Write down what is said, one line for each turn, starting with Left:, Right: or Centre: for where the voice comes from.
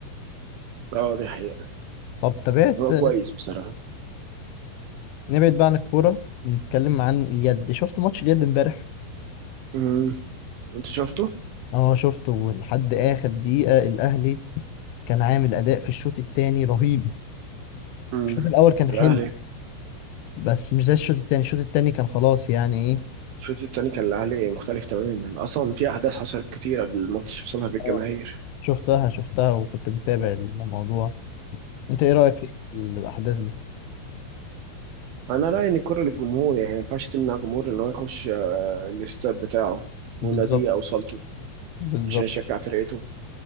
Right: اه دي حقيقه
Left: طب تابعت
Right: هو كويس بصراحه
Left: نبعد بقى عن الكورة نتكلم عن اليد شفت ماتش اليد امبارح
Right: امم انت شفته
Left: اه شفته لحد آخر دقيقة الأهلي كان عامل أداء في الشوط التاني رهيب
Right: امم
Left: الشوط الأول كان
Right: الاهلي
Left: حلو بس مش زي الشوط التاني الشوط التاني كان خلاص يعني إيه
Right: الشوط التاني كان الاهلي مختلف تماما اصلا في احداث حصلت كتير قبل الماتش بسبب الجماهير
Left: اه شفتها شفتها وكنت متابع الموضوع أنت إيه رأيك في الأحداث دي
Right: انا رايي ان الكره للجمهور يعني ما ينفعش تمنع جمهور ان هو يخش آه، الاستاد بتاعه وناديه
Left: بالظبط
Right: او صالته
Left: بالظبط
Right: عشان يشجع فرقته